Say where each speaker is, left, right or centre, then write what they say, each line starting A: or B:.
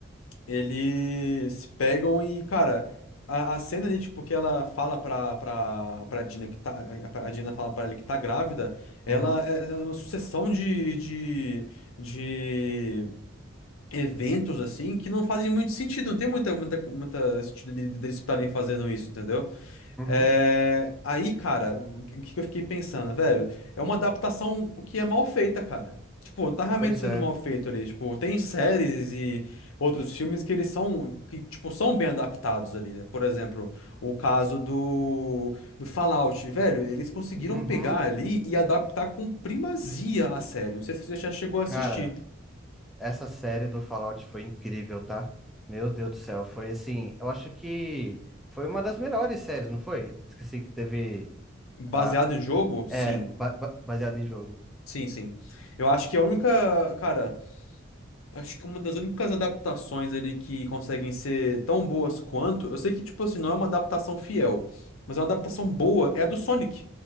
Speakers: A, on the left; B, in the centre.
A: Eles pegam e, cara, a, a cena ali, tipo, que ela fala pra, pra, pra Dina que tá. A a Dina fala pra ela que tá grávida, ela
B: uhum,
A: é é uma sucessão de, de, de eventos, assim, que não fazem muito sentido, não tem muita, muita, muita sentido de- deles estarem fazendo isso, entendeu?
B: uhum,
A: É, Aí, cara, o que o que eu fiquei pensando, velho? É uma adaptação que é mal feita, cara. Tipo, tá realmente
B: pois
A: sendo
B: é,
A: mal feito ali. Tipo, tem séries e outros filmes que eles são, que, tipo, são bem adaptados ali, né? Por exemplo, o caso do, do Fallout, velho, eles conseguiram
B: uhum.
A: pegar ali e adaptar com primazia a série. Não sei se você já chegou a assistir.
B: Cara, essa série do Fallout foi incrível, tá? Meu Deus do céu, foi assim, eu acho que foi uma das melhores séries, não foi? Assim, que teve,
A: Baseado
B: a,
A: em jogo? Sim.
B: é, ba- ba- baseado em jogo.
A: Sim, sim. Eu acho que a única, cara. Acho que uma das únicas adaptações ali que conseguem ser tão boas quanto, eu sei que, tipo assim, não é uma adaptação fiel, mas é uma adaptação boa, é a do Sonic.